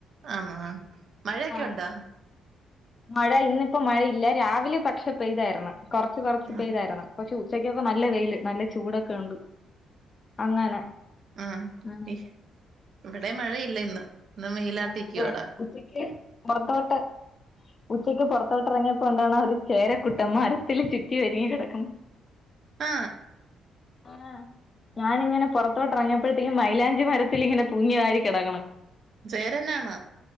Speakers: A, on the right (about 55°); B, on the left (about 40°).
A: ആന്ന ആ മഴയൊക്കെ ഉണ്ടാ
B: അങ്ങനെ മഴ ഇന്നിപ്പോ മഴയില്ല രാവിലെ പക്ഷെ പെയ്തായിരുന്നു കൊറച്ച് കൊറച്ച് പെയ്തിരുന്നു-
A: ആഹ്
B: പക്ഷെ ഉച്ചക്കൊക്കെ നല്ല വെയില് നല്ല ചൂടൊക്കെ ഉണ്ട് അങ്ങനെ
A: ആ
B: ആഹ്
A: ഈ ഇവിടെ മഴയില്ല ഇന്ന് ഇന്ന് മെയിലാട്ടിക്കു
B: ആണല്ലേ
A: അടാ
B: ഉച്ചക്ക് പുറത്തോട്ട് ഉച്ചക്ക് പുൊറത്തോട്ട് ഇറങ്ങിയപ്പോണ്ടാണ് ഒരു ചേരക്കുട്ടം മരത്തില് ചുറ്റി വരിങ്ങി കിടക്കും
A: ആ
B: ആ ഞാനിങ്ങനെ പുറത്തോട്ട് ഇറങ്ങിയപ്പോഴത്തേക്കും മൈലാഞ്ചി മരത്തിൽ ഇങ്ങനെ പൂങ്ങ കാരി കിടക്കണം
A: പേരെന്നാണ